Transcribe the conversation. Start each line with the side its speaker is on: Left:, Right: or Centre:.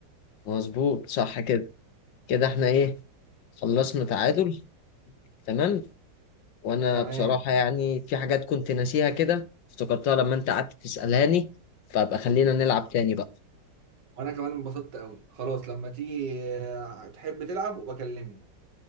Left: مظبوط صح كده كده احنا ايه خلصنا تعادل تمام وانا
Right: تمام
Left: بصراحة يعني في حاجات كنت ناسيها كده افتكرتها لما انت قعدت تسألاني فابقى خلينا نلعب تاني بقى
Right: وانا كمان انبسطت قوي خلاص لما تيجي آه، تحب تلعب وبكلمني